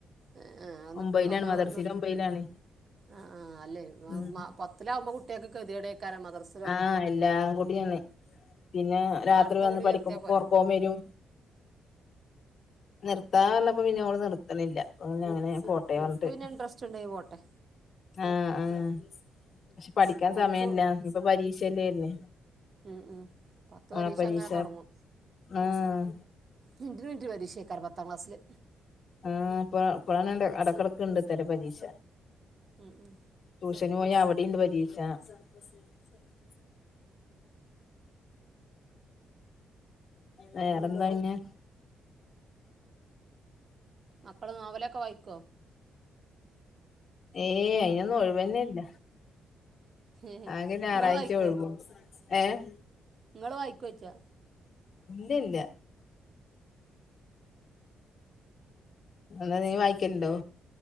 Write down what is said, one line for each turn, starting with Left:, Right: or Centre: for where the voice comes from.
Right: ഏ നിർത്തി
Left: ഒമ്പയിലാണ്
Right: ങ്ങള്
Left: മദർസയില്
Right: നിർത്ത
Left: ഒമ്പയിലാണ്
Right: ആ ആ് അല്ലേ <unintelligible>
Left: ഉം
Right: ത്തിലാവുമ്പോൾ കുട്ടൾക്ക് കതിടേക്കാരം മദ്രസ്
Left: ആഹ എല്ലാം കൂടിയാണ് പിന്നെ
Right: എന്നാ
Left: രാത്രി
Right: അടുത്ത
Left: വന്ന്
Right: കുറി
Left: പഠിക്കുമ്പോ
Right: ചേർത്തിയാ പോരെ
Left: കൊറക്കം വരും. നിർത്താ പറഞ്ഞപ്പോ പിന്നെ നാള നിർത്ത്ണില്ല പ്പ അങ്ങനെ
Right: ആ
Left: പോട്ടേ പറഞ്ഞിട്ട്
Right: ഓക്ക് പിന്നെ ഇൻട്രസ്റ്റ് ഉണ്ടേ പോട്ടെ
Left: ആഹ ആഹ പക്ഷെ പഠിക്കാൻ
Right: ഓൽക്ക്
Left: സമയല്ല ഇപ്പൊ പരീക്ഷല്ലേ വര്ണ
Right: ഉം ഉം പത്ത്
Left: ആഹ് പരീക്ഷ
Right: അങ്ങനെ തൊടങ്ങും
Left: ആഹ്
Right: മിന് റ്റിന് മിന് റ്റിന് പരീക്ഷക്കാരം പത്താംക്ലാസില്
Left: ആ പ്പ <unintelligible> അടക്കടക്കുണ്ട് ഇതര പരീക്ഷ
Right: ഉം ഉം
Left: ട്യൂഷന് പോയാ അവിടെണ്ട് പരീക്ഷ <inaudible> വേറെന്താ പിന്നെ
Right: മക്കള് നോവലൊക്കെ വായിക്കെ
Left: ഏയ് അയിനൊന്നും ഒഴുവൊന്നല്ല
Right: ഇങ്ങള്
Left: ആകെ ഞായറാഴ്ച
Right: വായിക്കോ
Left: ഒഴിവും ഏഹ്
Right: ഇങ്ങള് വായിക്കെ ച്ചാ?
Left: ഇല്ലില്ല എന്താ നീ വായിക്കൽണ്ടോ?